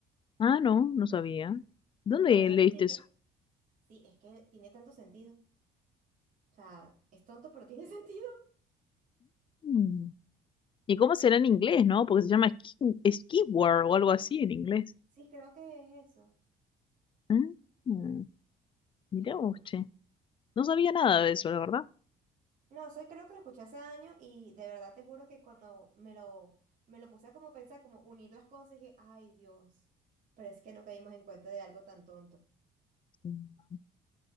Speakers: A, on the left; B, on the right.
A: Ah, no, no sabía. ¿Dónde
B: Yo cuando lo
A: leíste
B: escuché
A: eso?
B: dije, sí, es que tiene tanto sentido. O sea, es tonto, pero tiene <laughs> sentido.
A: Mm. ¿Y cómo será en inglés, no? Porque se llama Ski, Skiwar o algo así en inglés.
B: Sí, creo que es eso.
A: Ah, Mm. Mirá
B: Es loco.
A: vos, che. No sabía nada de eso, la verdad.
B: No, soy creo que lo escuché hace años y de verdad te juro que cuando me lo, me lo puse a como pensar, como unir las cosas, dije, ay Dios, pero es que no caímos en cuenta de algo tan tonto.
A: Mm.